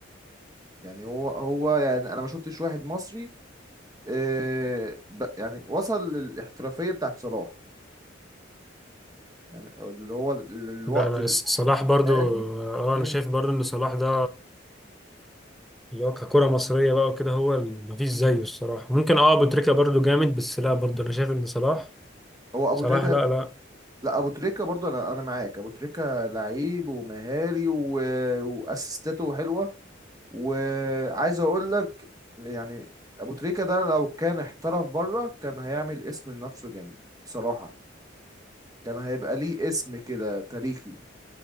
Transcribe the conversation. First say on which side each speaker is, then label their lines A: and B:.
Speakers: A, on the right; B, in the centre.
A: يعني هو هو يعني انا ما شفتش واحد مصري آه، ب- يعني وصل للاحترافية بتاعت صلاح يعني اللي هو ال- الوقت
B: ده
A: الحالي
B: صلاح برضو اه
A: مم.
B: انا شايف برضو ان صلاح ده اللي هو ككرة مصرية بقى وكده هو ال- مفيش زيه الصراحة ممكن اه أبو تريكة برضه جامد بس لا برضه أنا شايف إن صلاح
A: هو ابو
B: صلاح
A: تريكة
B: لا لا
A: لا ابو تريكة برضه انا انا معاك ابو تريكة لعيب ومهاري و... واسيستاته حلوة وعايز اقول لك يعني ابو تريكة ده لو كان احترف بره كان هيعمل اسم لنفسه جامد بصراحة كان هيبقى ليه اسم كده تاريخي